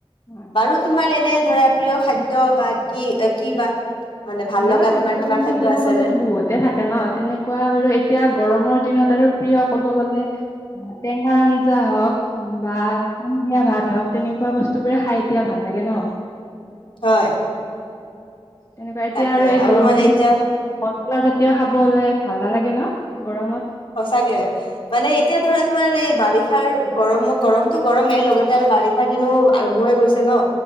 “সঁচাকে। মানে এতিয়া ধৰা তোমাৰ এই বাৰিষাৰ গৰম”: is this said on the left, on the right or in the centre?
Left